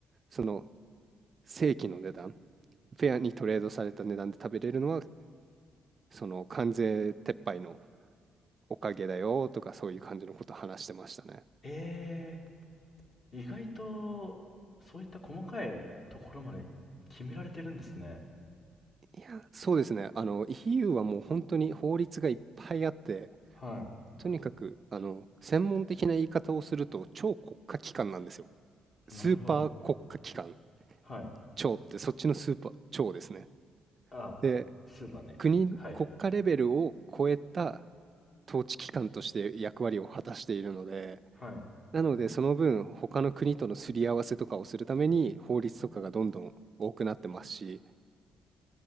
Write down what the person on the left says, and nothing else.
えええ意外と、そういった細かいところまで決められてるんですね。
は
い。なるほど。はい。
あ、
スーパーね。
はい。
はい。